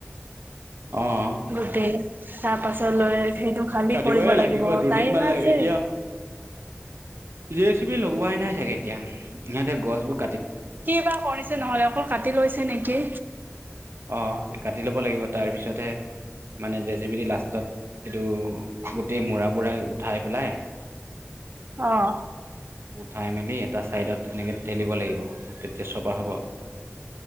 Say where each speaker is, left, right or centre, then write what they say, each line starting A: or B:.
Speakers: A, on the right; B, on the right.
A: অঁ
B: গোটেই তাৰ পাছত লৈ সেইটো খালি
A: কাটিবই
B: কৰিব লাগিব
A: দুদিনমান
B: টাইম
A: লাগে
B: আছে।
A: এতিয়া জে চি বি লগোৱাই নাই চাগে এতিয়া সিহঁতে গছবো-
B: কি বা কৰিছে নহলে আকৌ কাটি লৈছে নেকি
A: অ কাটি ল'ব লাগিব তাৰ পিছতহে মানে জে চি পি দি লাষ্টত এইটো গোটেই মূ়ৰা বুঢ়া উঠাই পেলাই
B: অহ
A: উঠাই মেলি এটা ছাইডত এনেকৈ ঠেলিব লাগিব তেতিয়া চপাহ হ'ব।